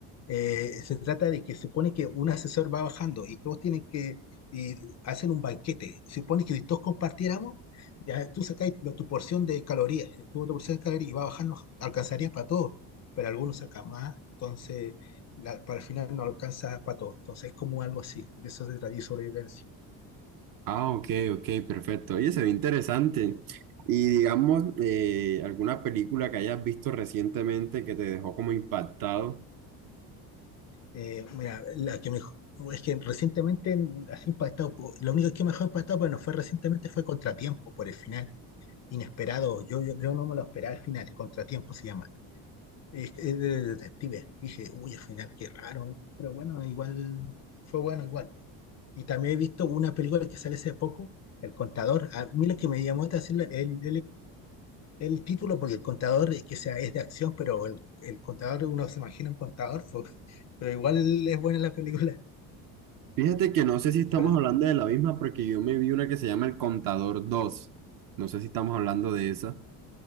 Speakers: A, on the left; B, on the right.
A: Eh, se trata de que se supone que un asesor va bajando y todos tienen que y hacen un banquete. Se supone que si todos compartiéramos, ya tú sacáis lo- tu porción de calorías, tu otra porción de calorías y va bajando, alcanzaría para todos, pero algunos sacan más, entonces la- para el final no alcanza para todos. Entonces es como algo así, de eso se trata de sobrevivencia.
B: Ah, ok, ok, perfecto. Oye, se ve interesante. Y digamos, eh, alguna película que hayas visto recientemente que te dejó como impactado.
A: Eh, mira, la que mejor, es que recientemente, en- así impactado, po- lo único que mejor impactado, bueno, fue recientemente fue Contratiempo por el final, inesperado. Yo, yo, yo no me lo esperaba al final, Contratiempo se llama. Es, es de detective. Dije, uy, al final qué raro, pero bueno, igual fue bueno, igual. po. Y también he visto una película que sale hace poco, El Contador. A mí lo que me llamó la atención, él, el título, porque el contador es que sea, es de acción, pero el, el contador, uno se imagina un contador, <laughs> pues, pero igual es buena la película.
B: Fíjate que no sé si estamos
A: Pero,
B: hablando de la misma porque yo me vi una que se llama El Contador dos No sé si estamos hablando de esa.